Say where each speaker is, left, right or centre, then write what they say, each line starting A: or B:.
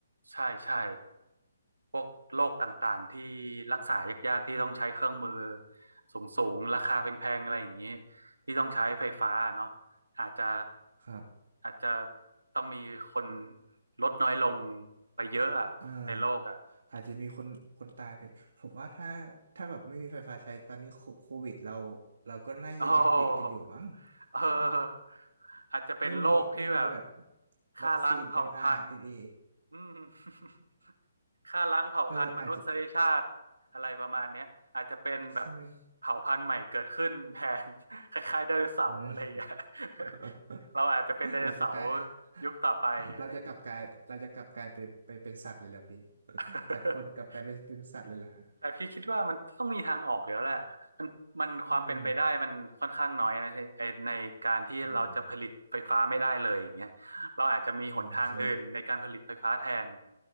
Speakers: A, on the right; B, on the right.
A: ใช่ใช่พวกโรคต่างๆที่รักษายากๆที่ต้องใช้เครื่องมือสูงๆราคาแพงๆอะไรอย่างนี้ที่ต้องใช้ไฟฟ้าเนาะอาจจะ
B: ครับ
A: อาจจะต้องมีคนลดน้อยลงไปเยอะอะในโลกอ่ะ
B: เอออาจจะมีคนคนตายไป ผมว่าถ้าถ้าแบบไม่มีไฟฟ้าใช้ตอนนี้โคโควิดเราเราก็น่าจะยังติดกันอยู่มั้ง
A: โอ้เออ
B: ใช่ไหม
A: อาจจะเป็นโรคที่แบบ
B: ไม่มีไม่มีแบบ
A: ฆ่าล้างเผ่าพันธุ์
B: วัคซีน mRNA
A: อืม <laughs> ฆ่าล้างเผ่าพันธุ์มนุษยชาติอะไรประมาณเนี้ยอาจจะเป็นแบบ
B: เอออาจจะใช่ไหม
A: เผ่าพันธุ์ใหม่เกิดขึ้นแทน <laughs> คล้ายๆไดโนเสาร์อะไรอย่างเงี้ย
B: อืม <laughs>
A: <laughs> เราอาจจะเป็นไดโนเสาร์
B: เราจะกลาย <laughs>
A: ยุคต่อไปอะไรอย่างเงี้ย
B: เราจะกลับกลายเราจะกลับกลายไปไปเป็นสัตว์เลยเหรอพี่ <laughs>
A: <laughs>
B: จากคนกลับกลายไปเป็นสัตว์เลยเหรอฮะ
A: แต่พี่คิดว่ามันต้องมีทางออกอยู่แล้วแหละมันมันความเป็นไปได้มันค่อนข้างน้อยนะไอ้ในการที่เราจะผลิตไฟฟ้าไม่ได้เลยอย่างเงี้ยเราอาจจะมีหนทางอื่นในการผลิตไฟฟ้าแทน
B: อืมอืมเออใช่ไหม